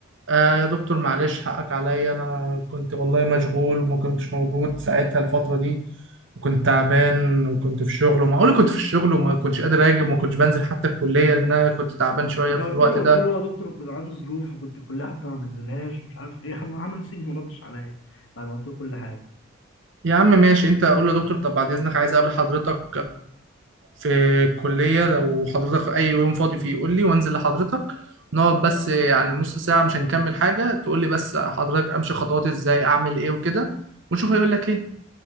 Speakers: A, on the right (about 65°); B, on the left (about 70°).
A: آه يا دكتور معلش حقك عليا انا كنت والله مشغول وما كنتش موجود ساعتها الفترة دي وكنت تعبان وكنت في شغل ومعقول كنت في الشغل وما كنتش قادر اجي وما كنتش بنزل حتى الكلية لان انا كنت تعبان شوية
B: قلت
A: في الوقت
B: له
A: ده
B: قلت له يا دكتور كنت عندي ظروف وكنت الكلية حتى ما بنزلهاش مش عارف ايه <laughs> عم- عمل سيني ما ردش عليا بعد ما قلت له كل حاجة
A: يا عم ماشي انت اقول له يا دكتور طب بعد اذنك عايز اقابل حضرتك في الكلية لو حضرتك أي يوم فاضي فيه قول لي وأنزل لحضرتك نقعد بس يعني نص ساعة مش هنكمل حاجة تقول لي بس حضرتك أمشي خطوات إزاي أعمل إيه وكده ونشوف هيقول لك إيه